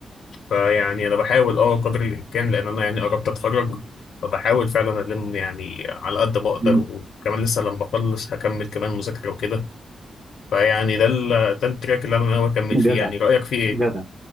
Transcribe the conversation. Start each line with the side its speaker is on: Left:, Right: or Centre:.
Left: فيعني انا بحاول اه قدر الامكان لان انا يعني قربت اتخرج فبحاول فعلا الم يعني على قد ما اقدر
Right: م-
Left: وكمان لسه لما اخلص هكمل كمان مذاكرة وكده فيعني ده ال- ده التراك اللي انا ناوي اكمل
Right: جدع
Left: فيه يعني رأيك فيه ايه؟
Right: جدع